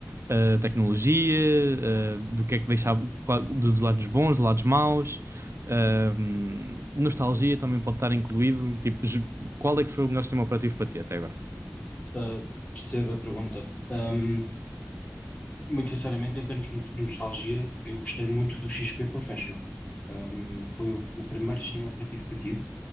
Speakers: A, on the right (about 80°); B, on the left (about 35°).
A: ah, tecnologia, ah, do que é que deixava, qual- dos lados bons, dos lados maus, ah, hum, nostalgia também pode estar incluído, tipo, ju- qual é que foi o melhor sistema operativo para ti até agora?
B: Ah, percebo a pergunta. Ahm, muito sinceramente, em termos de no- nostalgia, eu gostei muito do XP Professional. Ahm, foi o, o primeiro sistema operativo que eu tive.